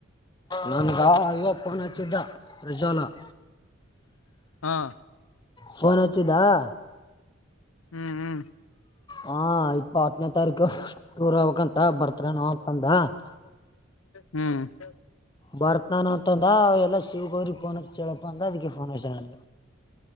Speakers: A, on the left (about 20°); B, on the left (about 80°).
A: ನನ್ಗ ಇಯವಪ್ಪನ ಚಿದ್ದ ಪ್ರಜಾಲ <unintelligible>
B: ಹಾ <unintelligible>
A: ಫೋನ್ ಹಚ್ಚಿದಾ <unintelligible>
B: ಹ್ಮ್ ಹ್ಮ್ <unintelligible>
A: ಹಾ ಇಪ್ಪ ಹತ್ತನೇ ತಾರೀಕು ಟೂರ್ ಹಕ್ಂತ ಬರ್ತ್ ನಾಕಂದ <unintelligible>
B: ಹ್ಮ್ <unintelligible>
A: ಬರ್ತಾನ ಅಂತಂದ ಅವ ಎಲ್ಲ ಶಿವ್ ಗೌರಿರಿಗೆ ಫೋನಕ್ ಹೇಳೇಳಳಪ್ಪ ಅಂದ ಅದಕ್ಕೆಫೋ <unintelligible>